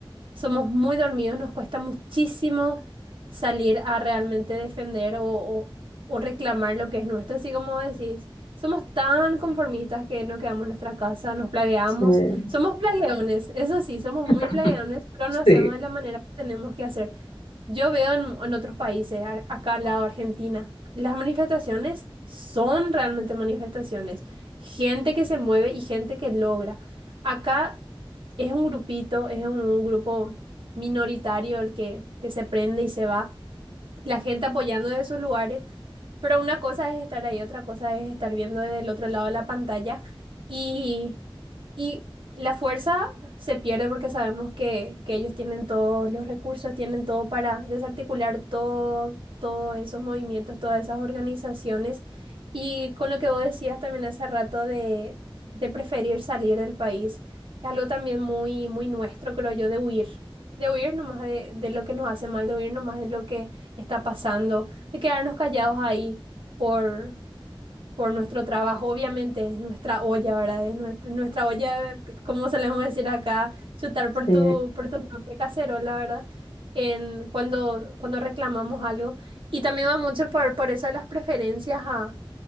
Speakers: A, on the right; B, on the left.
A: Somos muy dormidos, nos cuesta muchísimo salir a realmente defender o, o- o reclamar lo que es nuestro. Así como decís, somos tan conformistas que no quedamos en nuestra casa, nos plagueamos.
B: Sí.
A: Somos plagueones, eso sí, somos muy
B: <laughs>
A: plagueones, pero no hacemos
B: sí
A: de la manera que tenemos que hacer. Yo veo en, en otros países, a- acá al lado de Argentina, las manifestaciones son realmente manifestaciones. Gente que se mueve y gente que logra. Acá es un grupito, es un grupo minoritario el que, que se prende y se va. La gente apoyando desde sus lugares, pero una cosa es estar ahí, otra cosa es estar viendo desde el otro lado de la pantalla y, y la fuerza se pierde porque sabemos que, que ellos tienen todos los recursos, tienen todo para desarticular todo, todos esos movimientos, todas esas organizaciones. Y con lo que vos decías también hace rato de, de preferir salir del país, es algo también muy, muy nuestro, creo yo, de huir, de huir nomás de, de lo que nos hace mal, de huir nomás de lo que está pasando de quedarnos callados ahí por, por nuestro trabajo. Obviamente es nuestra olla, ¿verdad? Es nuestra, nuestra olla, como solemos decir acá, chutar por
B: Sí,
A: tu, por tu propia cacerola, ¿verdad? En, cuando, cuando reclamamos algo. Y también va mucho por, por eso de las preferencias a,